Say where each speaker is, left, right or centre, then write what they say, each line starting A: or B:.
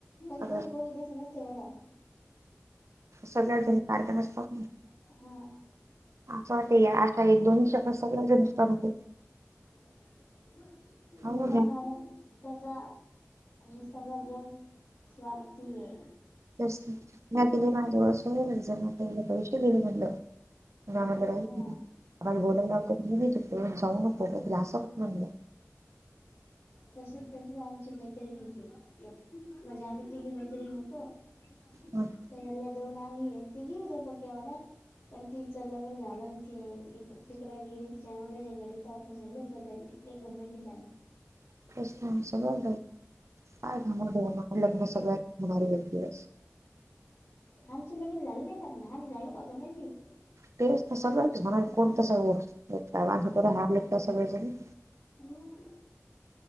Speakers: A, on the left; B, on the right.
A: पण
B: सगळ्या
A: कोणी, कोणी तसं नसतं बर.
B: सगळ्यात जणी सारख्या नसतात.
A: हम.
B: असं वाटते, या अशा एक दोन दिवसात सगळं <unintelligible>
A: पदार्थ खाऊ घालू शकतो.
B: सारख्या
A: <unintelligible> त्याचा हे सगळं जग स्वार्थी ऐ.
B: <unintelligible> <unintelligible>
A: हा ना. तशी, तशीच आमची मैत्रिणी हाय इथे. म्हणजे आम्ही तिघी मैत्रिण होतो. त्याजातल्या
B: मग
A: दोन आम्ही ऐ. तिघी पण पक्क्यावाल्या हायत. पण, तिचं लग्न झालं आणि ती तिकड गेली तिच्या नवऱ्याच्या घरी तेव्हापासून लई बदलली. लई घमंडी झाली.
B: <unintelligible>
A: आमचं लग्न झालं नाही का म्हणा, आम्ही झालो का घमंडी?
B: <unintelligible>
A: हम्.